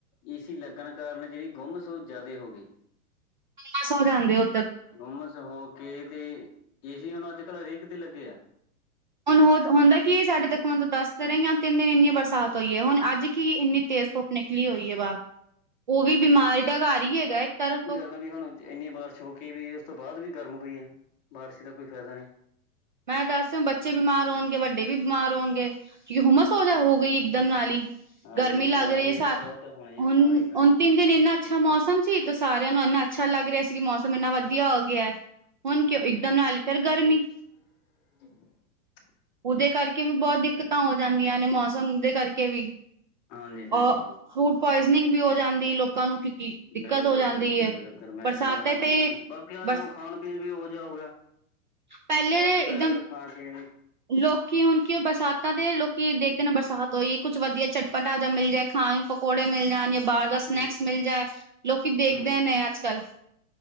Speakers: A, on the left; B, on the right.
A: ਏ ਸੀ ਲੱਗਨ ਕਾਰਨ ਜਿਹੜੀ ਗੁੰਮਸ ਜ਼ਿਆਦਾ ਹੋ ਗਈ।
B: ਤਾਂ ਸੋ ਜਾਂਦੇ ਓ।
A: ਗੁੰਮਸ ਹੋ ਕੇ ਤੇ ਏ ਸੀ ਹੁਨ ਅੱਜ ਕੱਲ ਹਰੇਕ ਤੇ ਲੱਗੇ ਆ।
B: ਹੁਨ ਹੋ ਹੁੰਦਾ ਕੀ ਸਾਡੇ ਦੇਖੋ ਹੁਨ ਦੱਸ ਤੇ ਰਹੀ ਆ ਦਿੰਨੇ ਇੰਨੀਆਂ ਬਰਸਾਤ ਹੋਈ ਐ ਹੁਨ ਅੱਜ ਕਿ ਇੰਨੀ ਤੇਜ਼ ਧੁੱਪ ਨਿਕਲੀ ਹੋਈ ਏ ਬਾਹਰ ਓਹ ਵੀ ਬਿਮਾਰੀ ਦਾ ਘਰ ਹੀ ਹੈਗਾ ਇੱਕ ਤਰਫ ਤੋਂ
A: ਨਵੀ ਹੁਣਾ ਇੰਨੀ ਬਾਰਿਸ਼ ਹੋ ਕੇ ਵੀ ਉਸ ਤੋਂ ਬਾਅਦ ਵੀ ਗਰਮ ਹੋਈ ਆ ਬਾਰਿਸ਼ ਦਾ ਕੋਈ ਫਾਇਦਾ ਨਹੀਂ।
B: ਮੈਂ ਦੱਸ ਬੱਚੇ ਬਿਮਾਰ ਹੋਨਗੇ ਵੱਡੇ ਵੀ ਬਿਮਾਰ ਹੋਨਗੇ ਕਿਓ ਹੁੰਮਸ ਹੋ ਗਈ ਏ। ਦਮ ਨਾਲ ਹੀ
A: ਹਾਂਜੀ
B: ਗਰਮੀ
A: ਇਹ
B: ਲੱਗ
A: ਬਿਮਾਰੀ
B: ਰਹੀ ਏ
A: ਇਹਦੇ
B: ਸ
A: ਨਾਲ ਵੱਧ ਹੋਣੀ ਆ
B: ਹੁਨ
A: ਬਿਮਾਰੀ ਪੈਣੀ
B: ਹੁਨ ਤਿੰਨ ਦਿਨੇ ਇੰਨਾ ਅੱਛਾ ਮੌਸਮ ਸੀ ਤੇ ਸਾਰਿਆਂ ਨੂੰ ਇੰਨਾ ਅੱਛਾ ਲੱਗ ਰਿਹਾ ਸੀ ਕਿ ਮੌਸਮ ਇੰਨਾ ਵਧੀਆ ਹੋ ਗਿਆ ਏ। ਹੁਨ ਕਿਉਂ
A: ਹਾਂਜੀ
B: ਇੱਕਦਮ
A: ਹਾਂਜੀ
B: ਨਾਲ ਫਿਰ ਗਰਮੀ
A: <inaudible>
B: ਓਹਦੇ ਕਰਕੇ ਵੀ ਬਹੁਤ ਦਿੱਕਤਾਂ ਹੋ ਜਾਂਦੀਆਂ ਨੇ ਮੌਸਮ ਦੇ ਕਰਕੇ ਵੀ
A: ਹਾਂਜੀ ਹਾਂਜੀ
B: ਅ ਫੂਡ ਪੁਆਇਜਨਿੰਗ ਵੀ ਹੋ ਜਾਂਦੀ ਲੋਕਾਂ ਨੂੰ ਕਿਉਂਕਿ ਦਿੱਕਤ
A: ਬਿਲਕੁਲ-
B: ਹੋ ਜਾਂਦੀ
A: ਬਿਲਕੁਲ
B: ਹੈ
A: -ਬਿਲਕੁਲ ਮੈਂ
B: ਬਰਸਾਤੇ
A: ਇਸ ਨਾਲ ਹੋਨਾ
B: ਤੇ
A: ਹੀ ਹੋਨਾ ਬਾਕੀ
B: ਬਰਸ
A: ਖਾਨ ਪੀਨ ਵੀ ਓਹੋ ਜਿਹਾ ਹੋ ਗਿਆ।
B: ਪਹਿਲੇ
A: ਮੌਸਮ
B: ਇਕਦਮ
A: ਹੈਗਾ ਖਾਣ ਪੀਣ ਵੀ
B: ਲੋਕੀ ਹੁਣ ਕੀ ਉਹ ਬਰਸਾਤਾਂ ਦੇ ਲੋਕੀ ਦੇਖਦੇ ਨਾ ਬਰਸਾਤ ਹੋਈ ਕੁੱਛ ਵਧੀਆ ਚਟਪਟਾ ਜਾਂ ਮਿਲ ਜਾਏ। ਖਾਣ ਨੂੰ ਪਕੌੜੇ ਮਿਲ ਜਾਣ ਜਾਂ ਬਾਹਰ ਦਾ ਸਨੈਕਸ
A: ਹੂੰ
B: ਮਿਲ ਜਾਏ ਲੋਕੀ ਦੇਖਦੇ
A: ਹੂੰ
B: ਨੇ ਅੱਜ ਕੱਲ੍ਹ